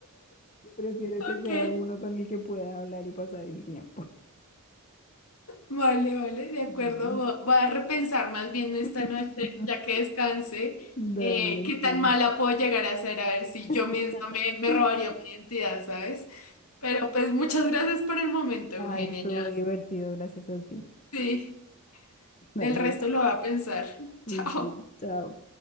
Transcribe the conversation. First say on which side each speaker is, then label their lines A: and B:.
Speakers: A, on the left (about 35°); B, on the left (about 80°).
A: Y prefiero que
B: Ok,
A: sea uno con el que pueda hablar y pasar el tiempo.
B: vale, vale, de acuerdo.
A: Mm.
B: Vo- Voy a repensar más bien esta
A: <laughs>
B: noche, ya que descanse,
A: Dale,
B: eh, qué tan
A: sí.
B: mala puedo llegar a ser, a ver si
A: <laughs>
B: yo misma me, me robaría mi identidad, ¿sabes? Pero pues muchas gracias por el momento,
A: Ay,
B: Eugenia,
A: estuvo
B: ya.
A: divertido, gracias a ti.
B: Sí,
A: Dale,
B: el resto lo va a pensar. <laughs>
A: sí,
B: Chao.
A: sí, chao.